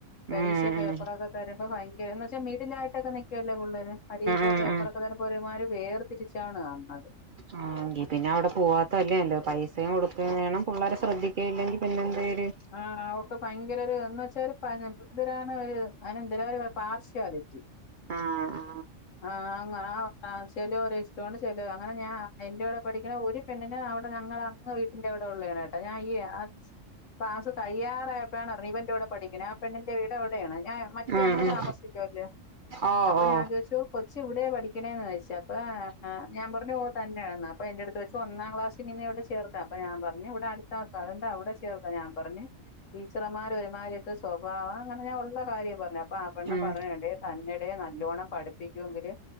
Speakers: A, on the left (about 70°); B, on the right (about 50°).
A: പരീക്ഷ
B: ഉം
A: പേപ്പർ ഒക്കെ തരുമ്പോ ഭയങ്കര എന്നുവെച്ചാൽ മിഡിൽ ആയിട്ട് ഒക്കെ നിക്കുവല്ലോ പുള്ളേര്, പരീക്ഷ
B: ഉം
A: പേപ്പർ
B: ഉം
A: ഒക്കെ തരുമ്പോ. ഒരുമാതിരി വേർതിരിച്ചാണ് കാണുന്നത്.
B: ആഹ് എങ്കിൽ പിന്നെ അവിടെ പോവാത്തത് അല്ലേ നല്ലത് പൈസയും കൊടുക്കയും വേണം പുള്ളാരെ ശ്രദ്ധിക്കുകയില്ലെങ്കിൽ പിന്നെ എന്തേലും.
A: ആഹ് അവൾക്ക് ഭയങ്കര ഒരു എന്ന് വെച്ചാല് ഒരു പനം എന്തോരാണ് ഒരു അയിന് എന്തരോ ഒരു പ പാഷ്വാലിറ്റി.
B: ആ ആ
A: ആഹ് ആഹ് ആഹ് ചെലവരുടെ ഇഷ്ടാണ് ചെല അങ്ങനെ ഞാൻ എന്റെ കൂടെ പഠിക്കുന്ന ഒരു പെണ്ണിന് അവിടെ ഞങ്ങള് അങ്ങ് വീട്ടി ട്ടിന്റെ അവിടെ ഉള്ളയാണ് കേട്ടോ, ഞൻ ഈ ആഹ്. ക്ലാസ് കഴിയാറായി അപ്പോഴാണ് അറിഞ്ഞ്, ഇവന്റെ കൂടെ പഠിക്കേണ് ആഹ് പെണ്ണിന്റെ വീട് അവിടെ ആണ്, ഞാൻ മറ്റേ
B: ഉം
A: അങ്ങ്
B: ഉം
A: താമസിക്കുവല്ലേ.
B: ഓ
A: അപ്പ
B: ഓ
A: ഞാൻ ചോദിച്ചു കൊ ച്ച് ഇവിടെയാ പഠിക്കണേന്ന് ചോദിച്ച അപ്പൊ ഏഹ് ഞാൻ പറഞ്ഞു ഓഹ് തന്നെയെന്ന് അപ്പൊ എന്റെ അടുത്ത് ചോദിച്ചു, ഒന്നാം ക്ലാസിൽ നിന്ന് ഇവിടെ ചേർ അപ്പ ഞൻ പറഞ്ഞു ഇവിടെ അടുത്ത് ആക്കാം, അതോണ്ട് അവിടെ ചേർക്കാ ഞാൻ പറഞ്ഞു. ടീച്ചർമാർ ഒരുമാതിരി ഒക്കെ സ്വഭാവം അങ്ങനെ ഞാൻ ഉള്ള കാര്യം പറഞ്ഞു, അപ്പ ആഹ് പെണ്ണും
B: ഉം
A: പറയേണ്ടേ. തന്നട നല്ലോണം പഠിപ്പിക്കുമെങ്കില്.